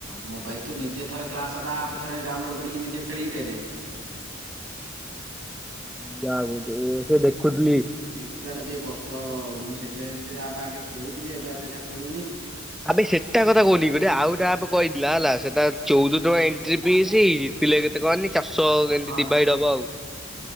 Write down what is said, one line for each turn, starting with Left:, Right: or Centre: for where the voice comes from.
Right: ମୋବାଇଲ ତୁ ନିଜେ ଥରେ କ୍ଲାସା ଆପ ଥରେ ଡାଉନଲୋଡ କରିକି ନିଜେ ଖେଳିକି ଦେଖେ।
Centre: <unintelligible> ଯା ସେ ଦେଖୁଥିଲି।
Right: ଯିବାଟା ଟିକେ କଷ୍ଟ ହବ ମୁଁ ସେଇଥିପାଇଁ ଯେ ଆପେ ଆଗେ ଖେଳୁଥିଲି ଏବେ ଆଉ ସେଇଟା ଖେଳୁନି।
Centre: ଆବେ ସେଟା କଥା କହୁନି ଗୋଟେ ଆଉ ଗୋଟେ ଆପ କହିଥିଲା ହେଲା ସେଟା ଚଉଦ ଟଙ୍କା ଏଣ୍ଟ୍ରି ପିସ୍ ହେଇକି ପିଲା କେତେ କହନି ଚାରଷ କେମିତି
Right: ହଁ
Centre: ଡିଭାଇଡ ହବ ଆଉ।